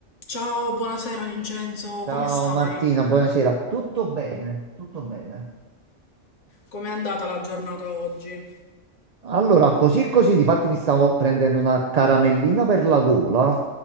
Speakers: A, on the left; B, on the right.
A: Ciao, buonasera Vincenzo,
B: Ciao
A: come stai?
B: Martina, buonasera. Tutto bene? Tutto bene.
A: Com'è andata la giornata oggi?
B: Allora, così e così, difatti mi stavo prendendo una caramellina per la gola,